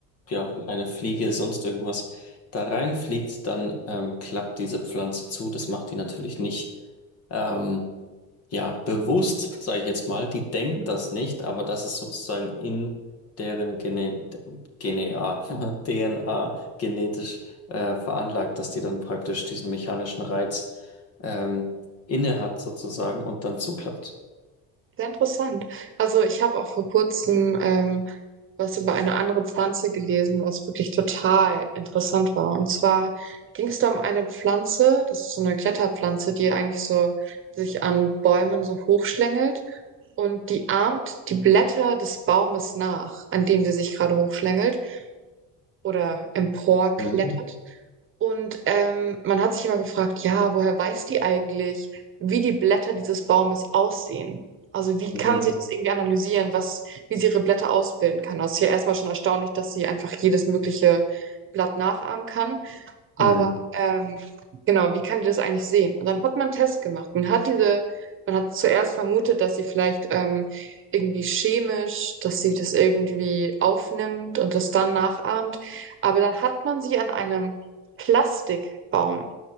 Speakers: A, on the left; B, on the right.
A: ja, eine Fliege, sonst irgendwas da reinfliegt, dann ähm, klappt diese Pflanze zu. Das macht die natürlich nicht, ähm, ja, bewusst, sage ich jetzt mal. Die denkt
B: Mhm.
A: das nicht, aber das ist sozusagen in deren Gene, Genea, DNA <laughs> genetisch äh, veranlagt, dass die dann praktisch diesen mechanischen Reiz ähm, inne hat sozusagen und dann zuklappt.
B: Sehr interessant. Also ich habe auch vor kurzem ähm, was über eine andere Pflanze gelesen, was wirklich total interessant war. Und zwar ging es da um eine Pflanze, das ist so eine Kletterpflanze, die eigentlich so sich an Bäumen so hochschlängelt und die ahmt die Blätter des Baumes nach, an dem sie sich gerade hochschlängelt oder emporklettert.
A: Mhm.
B: Und ähm, man hat sich immer gefragt, ja, woher weiß die eigentlich, wie die Blätter dieses Baumes aussehen? Also wie
A: Mhm.
B: kann sie das irgendwie analysieren, was, wie sie ihre Blätter ausbilden kann? Das ist ja erstmal schon erstaunlich, dass sie einfach jedes mögliche Blatt nachahmen kann. Aber
A: Mhm.
B: ähm, genau, wie kann die das eigentlich sehen? Und dann hat man einen Test gemacht. Man hat diese, man hat zuerst vermutet, dass sie vielleicht ähm, irgendwie chemisch, dass sie das irgendwie aufnimmt und das dann nachahmt. Aber dann hat man sie an einem Plastikbaum